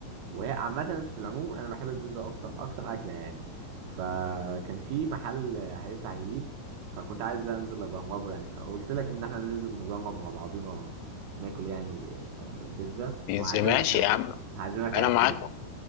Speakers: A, on the right; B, on the left.
A: وهي عامه في العموم انا بحب البيتزا اكتر اكتر اكله يعني فكان في محل هيفتح جديد فكنت عايز انزل اجربه يعني فقلت لك ان احنا ننزل نجرب مع بعضينا ناكل يعني آه، بيتزا
B: بيتزا
A: وهعزمك
B: ماشي
A: يا عم
B: يا عم
A: هعزمك
B: انا
A: على
B: معاك
A: حسابي